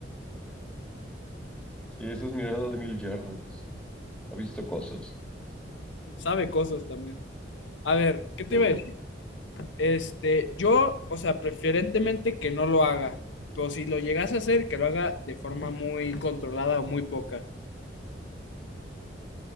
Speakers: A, in the centre; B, on the left (about 85°).
A: Sí, esa es mirada de mil yardas. Ha visto cosas.
B: Sabe cosas también. A ver, ¿qué te
A: Ujú.
B: iba a Este, yo, o sea, preferentemente que no lo haga, pero si lo llegase a hacer, que lo haga de forma muy controlada o muy poca.